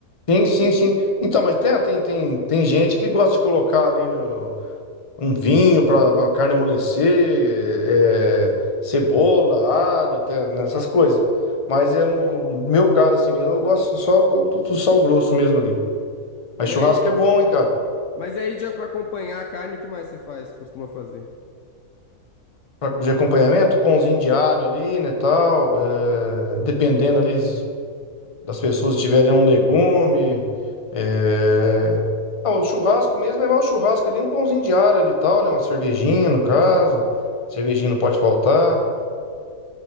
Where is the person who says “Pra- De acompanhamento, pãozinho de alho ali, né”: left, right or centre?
Left